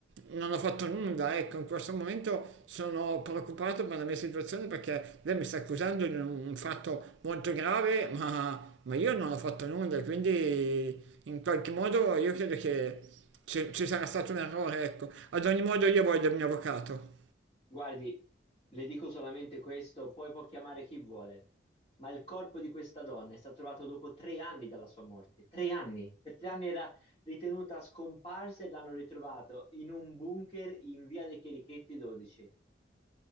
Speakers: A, on the right; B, on the left.
A: non ho fatto nulla, ecco, in questo momento sono preoccupato per la mia situazione perché lei mi sta accusando di un fatto molto grave, ma, ma io non ho fatto nulla, quindi in qualche modo io credo che ci, ci sarà stato un errore, ecco. Ad ogni modo io voglio il mio avvocato.
B: Guardi, le dico solamente questo, poi può chiamare chi vuole. Ma il corpo di questa donna è stato trovato dopo tre anni dalla sua morte. Tre anni. Per tre anni era ritenuta scomparsa e l'hanno ritrovato in un bunker in via dei Cherichetti 12.